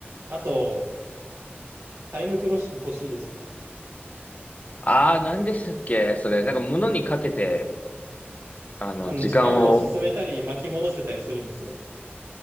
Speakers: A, on the right; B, on the left.
A: あと、タイム風呂敷欲しいですね。
B: ああ、何でしたっけそれ。なんか物にかけて、あの、
A: あの、
B: 時間を、
A: 時間を進めたり巻き戻せたりするんですよ。